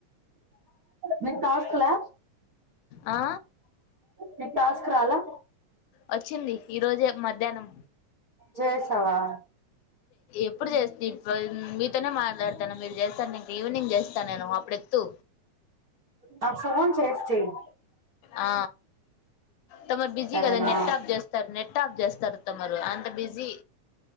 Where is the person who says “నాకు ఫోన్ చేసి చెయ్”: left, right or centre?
Right